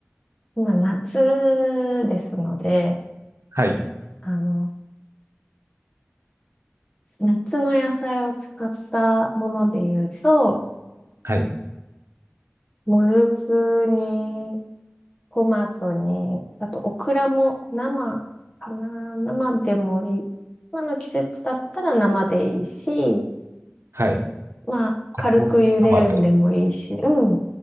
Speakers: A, on the left; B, on the right.
A: 今夏ですので、
B: はい、
A: あの、夏の野菜を使ったもので言うと、
B: はい、
A: もずくに、トマトに、あとオクラも生かな、生でもいい。今の季節だったら生でいいし、
B: はい。
A: まあ、軽く茹でるんでもいいし、
B: お生で。
A: うん。